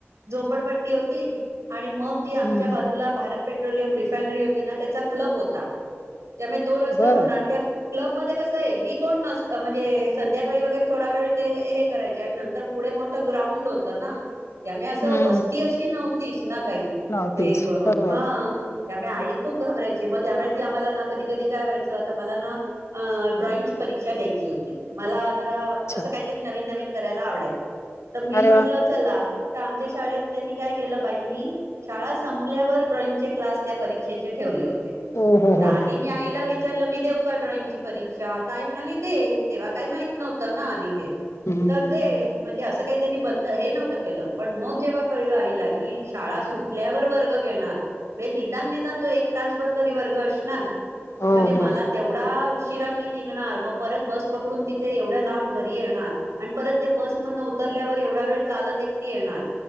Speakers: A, on the right; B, on the left.
A: झोपडपट्टी होती आणि मग जी आमच्या
B: हम्म
A: बाजूला भारतपट्टी पेट्रोलियम रिफायनरी होती ना त्याचा क्लब होता त्यामुळे तो रस्ता
B: बर
A: पूर्ण आणि त्या क्लब मध्ये कसं यरवी कोण नस म्हणजे संध्याकाळी वगैरे थोडा वेळ ते हे करायचे आणि नंतर पुढे मोठं ग्राउंड होतं ना त्यामुळे असं
B: हम्म
A: वस्ती अशी नव्हतीच ना काही
B: नव्हतीच
A: हे करून
B: बरोबर
A: हा त्यामुळे आई खूप घाबरायची मग त्यामुळे की आम्हाला ना कधी कधी काय व्हायचं आता मला ना आ ड्रॉइंगची परीक्षा द्यायची होती मला जरा
B: अच्छा
A: अस काहीतरी नवीन नवीन करायला आवडायचं तर मी
B: अरे
A: म्हंटलं
B: वा
A: चला तर आमच्या शाळेत त्यांनी काय केलं बाईंनी शाळा संपल्यावर ड्रॉइंगचे क्लास त्या परीक्षेचे ठेवले होते ते
B: हो हो
A: त
B: हो
A: आधी
B: हो
A: मी आईला विचारलं मी देऊ का ड्रॉइंगची परीक्षा तर आई म्हणाली दे. तेव्हा काही माहित नव्हतं ना आधी हे
B: हम्म
A: तर दे म्हणजे असं काही त्यांनी बंद हे नव्हतं केलं पण मग जेव्हा कळलं आईला की शाळा सुटल्यावर वर्ग घेणार म्हणजे निदान निदान तो एक तासभर तरी वर्ग असणार
B: हो
A: म्हणजे मला
B: हो
A: तेवढा ऊ उशिरा मी निघणार मग परत बस पकडून मी तिथे एवढ्या लांब घरी येणार. आणि परत त्या बस मधन उतरल्यावर एवढा वेळ चालत एकटी येणार